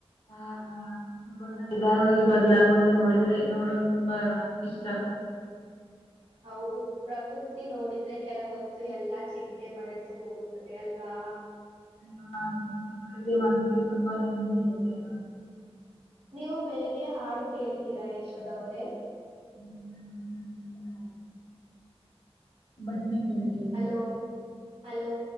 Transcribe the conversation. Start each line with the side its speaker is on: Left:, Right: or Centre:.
Left: ಹಾ ಬಣ್ಣ ನಿಧಾನವಾಗಿ ಬದ್ಲಾಗೋದು ನೋಡಿದ್ರೆ ನೋಡೋದು ತುಂಬಾ ಇಷ್ಟ
Right: ಹೌದು ಪ್ರಕೃತಿ ನೋಡಿದ್ರೆ ಕೆಲ ಹೊತ್ತು ಎಲ್ಲಾ ಚಿಂತೆ ಮರೆತು ಹೋಗುತ್ತ ದೆ ಅಲ್ವಾ
Left: ಹ ಸ್ವಲ್ಪ ಬೆಳಿಗೆ ಮನ್ಸ್ಸಿಗೆ ತುಂಬಾ ನಂದಿ ಇದೆಲ್ವಾ
Right: ನೀವು ಬೆಳಿಗ್ಗೆ ಹಾಡು ಕೇಳಿತೀರಾ ಯಶೋದ ಅವರೇ
Left: <unintelligible> ಎಲ್ಲ ಹತ ಬಜನೆ ಕೇಳ್ತೀರಿ <unintelligible>
Right: ಹಲೋ ಹಲೋ